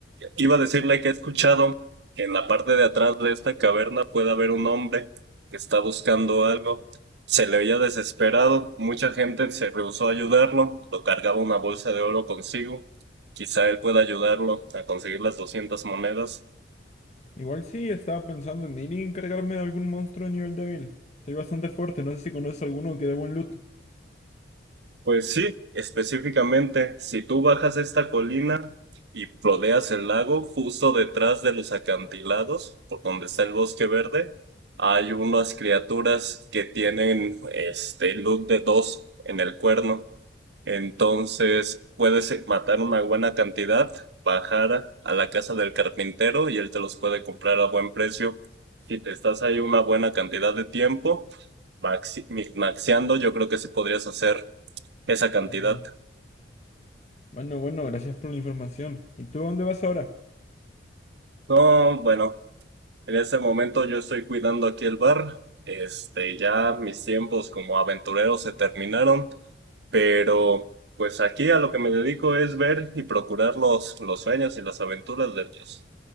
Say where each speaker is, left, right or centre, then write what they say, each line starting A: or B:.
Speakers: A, on the right (about 65°); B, on the left (about 35°).
A: iba a decirle que he escuchado que en la parte de atrás de esta caverna puede haber un hombre que está buscando algo. Se le veía desesperado, mucha gente se rehusó a ayudarlo, lo cargaba una bolsa de oro consigo. Quizá él pueda ayudarlo a conseguir las 200 monedas.
B: Igual sí, estaba pensando en ir y encargarme de algún monstruo de nivel débil. Soy bastante fuerte, no sé si conoces alguno que dé buen loot.
A: Pues sí, específicamente, si tú bajas esta colina y rodeas el lago, justo detrás de los acantilados, por donde está el bosque verde, hay unas criaturas que tienen este look de dos en el cuerno. Entonces, puedes eh, matar una buena cantidad, bajar a la casa del carpintero y él te los puede comprar a buen precio. Si te estás ahí una buena cantidad de tiempo, maxi maxeando, yo creo que sí podrías hacer esa cantidad.
B: Oh, Bueno, bueno, gracias por la información. ¿Y tú a dónde vas ahora?
A: No, bueno, en este momento yo estoy cuidando aquí el bar. Este, ya mis tiempos como aventurero se terminaron, pero pues aquí a lo que me dedico es ver y procurar los, los sueños y las aventuras de ellos.